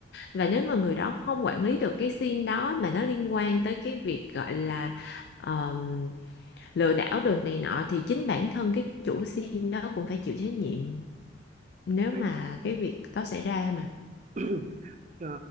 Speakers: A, on the left; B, on the right.
A: và nếu mà người đó không quản lý được cái sim đó mà nó liên quan tới cái việc gọi là ờm, lừa đảo đồ này nọ thì chính bản thân cái chủ sim đó cũng phải chịu trách nhiệm nếu
B: Bây-
A: mà
B: <clears throat>
A: cái việc đó xảy ra mà
B: <coughs> Ờ,